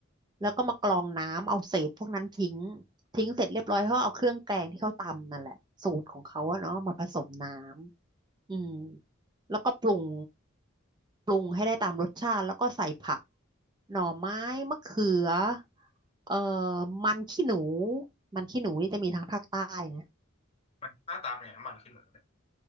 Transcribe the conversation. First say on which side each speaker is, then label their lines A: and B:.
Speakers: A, on the right; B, on the left.
A: แล้วก็มากรองน้ำเอาเศษพวกนั้นทิ้งทิ้งเสร็จเรียบร้อยเขาเอาเครื่องแกงที่เขาตำนั่นแหละสูตรของเขาอะเนาะมาผสมน้ำอืมแล้วก็ปรุงปรุงให้ได้ตามรสชาติแล้วก็ใส่ผักหน่อไม้มะเขือเอ่อมันขี้หนูมันขี้หนูนี่จะมีทางภาคใต้นะ
B: มันหน้าตาเป็นไงน้ำมันขี้หนูเนี่ย